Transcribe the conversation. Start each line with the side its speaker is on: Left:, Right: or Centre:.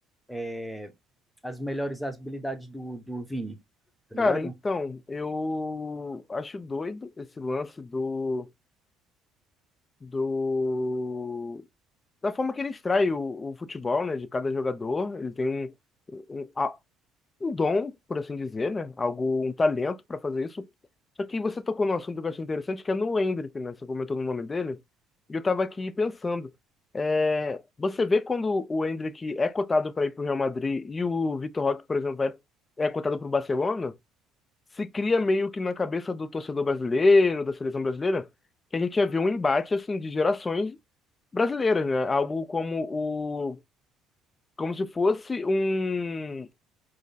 Centre: é, as melhores habilidades do, do Vini, tá
Left: Cara,
Centre: ligado?
Left: então, eu acho doido esse lance do, do da forma que ele extrai o, o futebol, né, de cada jogador. Ele tem um, um- um dom, por assim dizer, né? Algo, um talento para fazer isso. Só que você tocou num assunto que eu achei interessante, que é no Hendrick, né? Você comentou no nome dele, e eu tava aqui pensando. É, você vê quando o Hendrick é cotado para ir para o Real Madrid e o Vitor Roque, por exemplo, vai, é cotado para o Barcelona, se cria meio que na cabeça do torcedor brasileiro, da seleção brasileira, que a gente ia ver um embate assim de gerações brasileiras, né? Algo como o como se fosse um